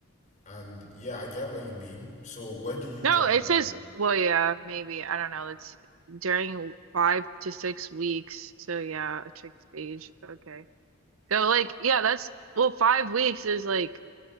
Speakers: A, on the left; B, on the right.
A: And yeah, I get what you mean. So where do you
B: No,
A: draw
B: it
A: the line?
B: says, well, yeah, maybe. I don't know. It's during five to six weeks. So, yeah, a chick stage. Okay. So, like, yeah, that's, well, five weeks is like